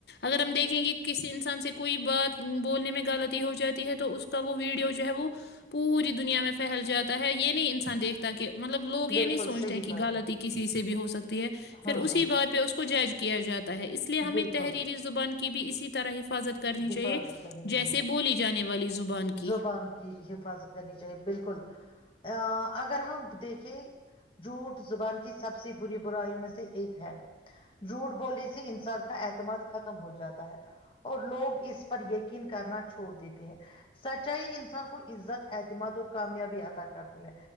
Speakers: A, on the left (about 65°); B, on the left (about 30°).
A: اگر ہم دیکھیں کہ کسی انسان سے کوئی بات بولنے میں غلطی ہو جاتی ہے تو اس کا وہ ویڈیو جو ہے وہ پوری دنیا میں پھیل جاتا ہے یہ نہیں انسان دیکھتا کہ مطلب لو یہ
B: بالکل
A: نہیں سوچ
B: صحیح
A: رہے کہ
B: بات
A: غلط
B: ہے
A: کسی سے بھی ہو سکتا <unintelligible> ہے
B: ہاں
A: پھر اسی
B: ہاں
A: بات پہ اس کو کچھ <unintelligible> کیا جاتا ہے اس لیے ہمیں
B: بالکل
A: تحری زبان کے بھی اسی طرح حفاظت کرنی
B: حفاظت
A: چاہیے
B: کرنی چاہیے
A: جیسے بولی جانے والی زبان کی
B: زبان کی حفاظت کرنی چاہیے بالکل آ <inaudible> اگر ہم دیکھیں جوٹ زبان کی سب سے بری برائیوں میں سے ایک ہے جھوٹ بولنے سے انسان کا اعتماد ختم ہو جاتا ہے اور لوگ اس پر یقین کرنا چھوڑ دیتے ہے سچائی انسان کو عزت اعتماد اور کامیابی ادا کرتی ہے